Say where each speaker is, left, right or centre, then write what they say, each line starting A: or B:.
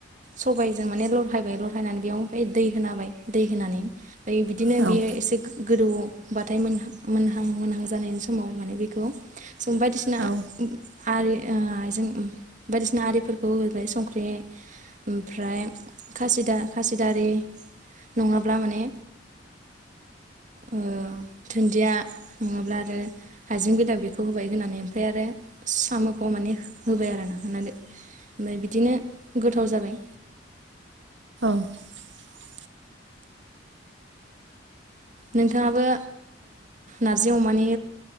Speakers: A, on the right (about 40°); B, on the right (about 70°).
A: सबायजों माने लरहायबाय ल नानै बेयाव ओमफ्राय दै होनाबाय दै होनानै फाय बिदिनो
B: औ
A: बेयो एसे गोदौबाथाय मोनहां मोनहां मोनहां जानायनि समाव माने बेखौ जों बायदिसिना
B: औ
A: उम्म आरि ओ आइ जों बायदिसिना आरिफोरखौ होबाय संख्रि ओमफ्राय खासिदा खासि दारि नङाब्ला माने ओ दुन्दिया नङाब्ला आरो हाइजें बेदर बेखौ होबाय होनानै ओमफ्राय आरो सामखौ माने होबाय आरो ना होनानै ओमफ्राय बिदिनो गोथाव जाबाय
B: <inaudible>
A: नोंथाङाबो नारजि अमानि